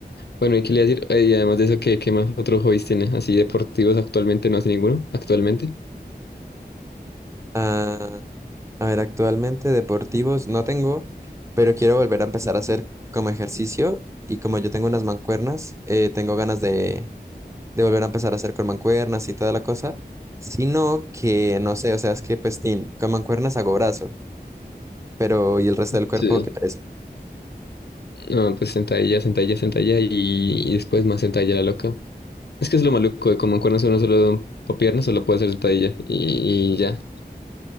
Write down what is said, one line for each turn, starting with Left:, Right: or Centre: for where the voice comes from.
Left: Bueno, ¿y qué le iba a decir? Eh, Y además de eso, ¿qué, qué más otros hobbies tiene? Así deportivos actualmente, no hace ninguno, actualmente.
Right: Ah, a ver, actualmente deportivos no tengo, pero quiero volver a empezar a hacer como ejercicio y como yo tengo unas mancuernas, eh, tengo ganas de, de volver a empezar a hacer con mancuernas y toda la cosa, sino que no sé, o sea, es que pues tin, con mancuernas hago brazo pero y el resto del cuerpo,
Left: Sí.
Right: qué pereza.
Left: No, pues sentadilla, sentadilla, sentadilla y, y después más sentadilla la loca. Es que es lo maluco de como en cuernos uno solo, o piernas solo puede hacer sentadilla y, y ya.